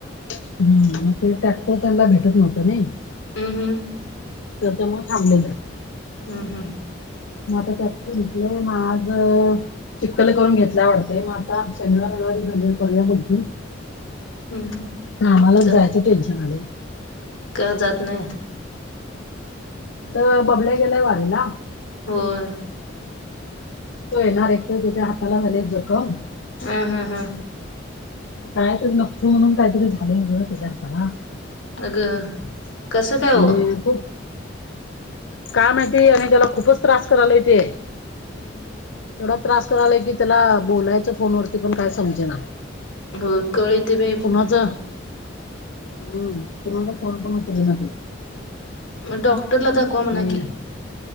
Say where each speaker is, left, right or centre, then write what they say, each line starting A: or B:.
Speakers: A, on the left (about 70°); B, on the left (about 90°).
A: हम्म म ते ट्रॅक्टर त्यांनला भेटत नव्हतं नय.
B: अ हम्म
A: त्याच्यामूळ थांबलेलं.
B: हम्म -हम्म
A: म आता ट्रॅक्टर भेटलय मग आज, चिक्कल करून घेतलाय वाटतय मग आता शनिवार- रविवारी घाल-करूया म्हणतुय.
B: हम्म हम्म
A: आता आम्हालाच
B: जा
A: जायचं टेन्शन आलय.
B: का जात नाही?
A: त बबल्या गेलाय वारीला.
B: होय.
A: तो येणार, एक तर त्याच्या हाताला झाल्या जखम.
B: आ. हा. हा
A: कायतरी नक्सु म्हणून कायतरी झालय ग त्याच्या हाताला.
B: अगं कसं काय हो
A: मी खूप का माहिती, आणि त्याला खूपच त्रास करायलय तेे.
B: हम्म
A: एवढा त्रास करालय की त्याला बोलायचं फोन वरती पण काय समजेना.
B: होय, कळ येते बाई
A: कुणाचं
B: हा
A: हम्म कुणाचा फोन पण उचलेना ते.
B: मग डॉक्टरला दाखवा म्हणा
A: आणि
B: की.